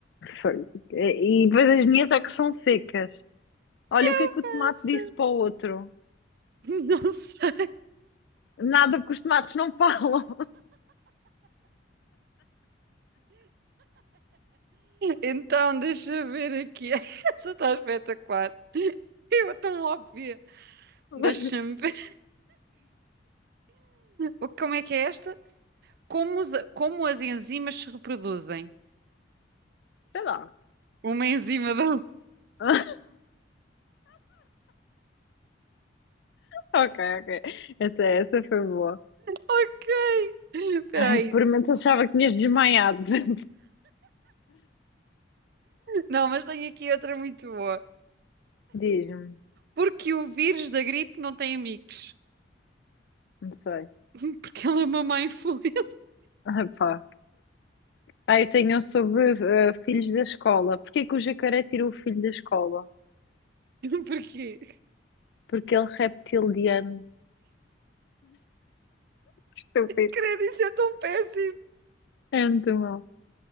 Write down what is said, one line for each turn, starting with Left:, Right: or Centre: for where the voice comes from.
Left: foi. E e depois as minhas é que são secas. Olha, o que
Right: <laughs>
Left: é que o tomate disse para o outro?
Right: Não sei.
Left: Nada, porque os tomates não falam.
Right: Então, deixa eu ver aqui. <laughs> Essa está espetacular. Eu tão óbvia.
Left: <laughs>
Right: Deixa-me
Left: Mas,
Right: ver. O- Como é que é esta? Como, os- como as enzimas se reproduzem?
Left: sei lá.
Right: Uma em cima da outra. <laughs>
Left: <laughs> Ok, ok. Essa, essa foi boa.
Right: Ok. Espera
Left: Ai,
Right: aí.
Left: por momentos achava que tinhas desmaiado. <laughs>
Right: Não, mas tenho aqui outra muito boa.
Left: Diz-me,
Right: Porque o vírus da gripe não tem amigos.
Left: não sei.
Right: <laughs> Porque ele é uma má influência.
Left: Ah, pá. Ah, eu tenho um sobre eh, filhos da escola. Porquê que o jacaré tirou o filho da escola?
Right: <laughs> Porquê?
Left: Porque ele é reptiliano. Estúpido.
Right: Credo, isso é tão péssimo.
Left: É muito mal.